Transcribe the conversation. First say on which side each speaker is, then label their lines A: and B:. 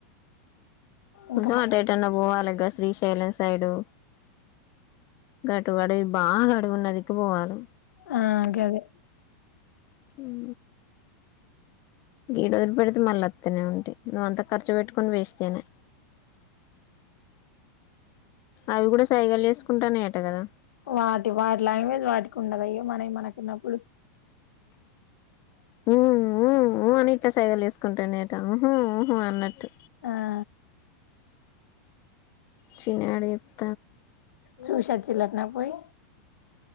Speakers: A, on the left (about 85°); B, on the left (about 35°).
A: ఇంకా
B: ఉం ఆహా
A: మనం
B: అటే టన్న పోవాల గ శ్రీశైలం సైడు గటుబడి బాగా అడువున్న దిక్కు పోవాలి
A: ఆ గదే
B: ఉం గీడ వదిలి పెడితే మళ్ళీ అత్తనే ఉంటయి నువ్వు అంత ఖర్చు పెట్టుకొని వేస్ట్ నే అవి కూడా సైగలు చేసుకుంటనయట కదా
A: వాటి వాటి లాంగ్వేజ్ వాటికి ఉండద ఏ మనయి మనకు ఉన్నప్పుడు
B: ఊ ఊ ఊ అని ఇట్లా సైగలుసుకుంటనయట ఊహ ఊహ అన్నట్టు
A: ఆ
B: చిినడి <unintelligible>
A: చూసోచ్చిరటన పోయి